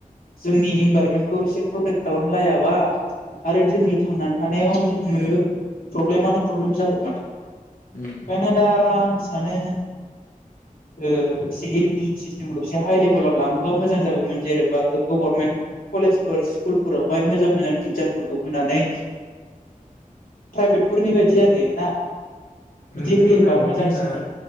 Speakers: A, on the left; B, on the left.
A: जोंनि इनभाररमेन्टखौ एसे प्रटेक्ट खालामलायाबा आरो जोंनि थांनानै थानायाव जोङो प्रब्लेमानो प्रब्लेम जागोन माथो।
B: उम
A: ओंखायनो दा आं सानो ओ एसे एदुके सिस्टेमखौ एसे हाइ लेभेलाव लाङोबा मोजां जागौमोन जेनेबा गभारनमेन्ट कलेज फोर स्कुलफोरावहाय मोजां मोजां टिचारफोरखौ होनानै प्राइभेटफोरनि बायदि आरो ना।
B: प्राइभेटआथ'
A: बिदि होयोबा
B: प्राइभेट
A: मोजांसिन
B: जोंना